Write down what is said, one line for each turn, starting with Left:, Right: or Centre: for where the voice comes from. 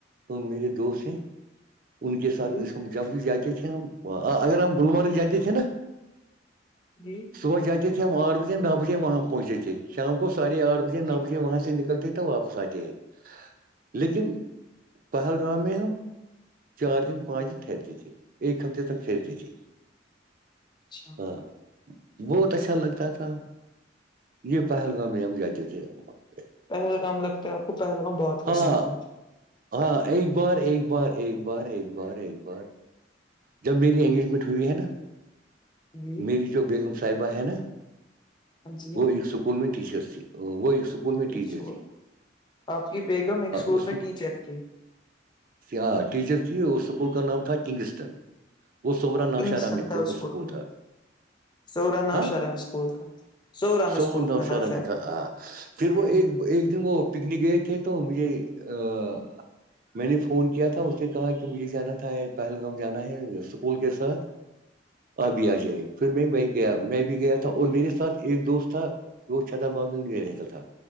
Right: میرے دوست ہیں ان کے ساتھ
Left: جی
Right: جو سمجھ جب جات تھ ہم اگر ہم گلمرگ جاتات تھے نا
Left: جی
Right: صبح جاتے تھے ہم آھ بجے نو بجے وہاں پہنچے تھے شام کو ساڑھے آھ بجے
Left: اچھا
Right: نو بجے وہاں سے نکلتے تو وپس فساتے ہیں لیکن پہلگام میں ہم چار دن پانچ دن ٹھہرتے تھے ایک ہفتے جی جی جی
Left: اچھا
Right: ہاں بہت اچھا لگتا تھا یہ پہلگام میں ہم جاتے تھے وہاں پہ
Left: پہلگام لگتا ہے آپ کو پہلگام بہت
Right: ہاں
Left: پسند تھا
Right: ہاں ایک بار ایک بار ایک بار ایک بار ایک بار جب میری انگیجمنٹ ہوئی ہے نا
Left: جی
Right: میری جو بیگم صاحبہ ہے نا
Left: جی
Right: وہ ایک اسکول میں ٹیچر تھی وہ ایککول اسکول میں ٹیچر
Left: ایک اسکول
Right: تھی
Left: آپ کی بیگم ایک اسکول
Right: اس
Left: میں ٹیچر تھی
Right: ہ ٹیچر تھی اور اسکول کا نام تھا کنگ اسٹن وہ سوورا نوشہر
Left: کنگسٹن
Right: میں
Left: تھا
Right: تھے
Left: اسکول
Right: وہ سکول
Left: کا نام
Right: تھا
Left: سورا نوشہرہ
Right: ہاں
Left: میں اسکول تھا سورا میں
Right: س
Left: اسکول
Right: نو
Left: تھا نوشہر
Right: شر میں تھا آ پھر
Left: ہ
Right: وہ ایک ایک دن وہ پکنک گئے تھے تو مجھے ا میں نے فون کیا تھا اس نے کہا کہ مجھے جانا تھا پہلگام جانا ہے اسکول کے ساتھ آبھی آ جائی پھر میں ب گیا میں بھی گیا تھا اور میرے ساتھ ایک دوست تھا وہ چھدر معاملے میں میں رہتا تھا